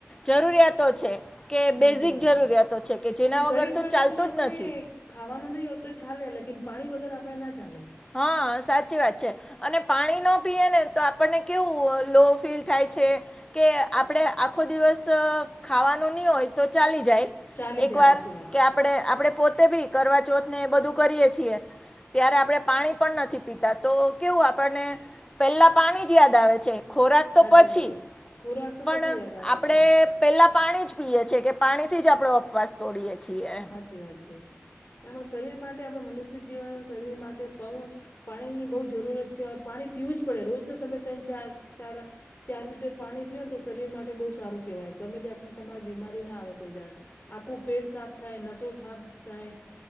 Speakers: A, on the left (about 20°); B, on the left (about 45°).
A: જરૂરિયાતો છે. કે બેઝિક
B: હાચી વાત.
A: જરૂરિયાતો છે કે જેના
B: ને
A: વગર
B: ઘડીક
A: તો
B: વાર
A: ચાલતો
B: ભલે આપણે
A: જ નથી.
B: ખાવાનું નહીં હોય તો ચાલે લેકીન પાણી વગર આપણે ના ચાલે.
A: હા સાચી વાત છે. અને પાણી ન પીએ ને તો આપણને કેવું લો ફીલ થાય છે. કે આપડે આખો દિવસ ખાવાનું નહી હોય તો ચાલી જાય.
B: ચાલી
A: એક
B: જાય
A: વાર
B: હાચી વાત
A: કેપ આપ આપણે પોતે ભી કરવા ચોથ ને એ બધું કરીએ છીએ ત્યારે આપણેે પાણી પણ નથી પીતા તો કેવું આપણને પેલા પાણી જ યાદ આવે છે ખોરાક તો
B: હાચી
A: પછી
B: વાત ખોરાક તો
A: પણ
B: પછી યાદ આવે હાચી
A: આપણે
B: વાત
A: પેલા પાણી જ પીએ છીએ કે પાણીથી જ આપણે ઉપવાસ તોડી એ છીએ. એમ
B: સાચી વાત છે આપમણા શરીર માટે આપણે મનુષ્ય જીવન શરીર માટે પવણ પાણીની બહુ જરૂરત છે પાણી પીવું જ પડે રોજ ન તમે ત ચા ચા ચાર લીટર પાણી પિયોને તો શરીર માટે બહુ સારું કેહેવાય. ગમે જાતની તમારી બીમારી ના આવે કોઈ દાણ આખું પેટ સાફ થાય નસો થફ થાય.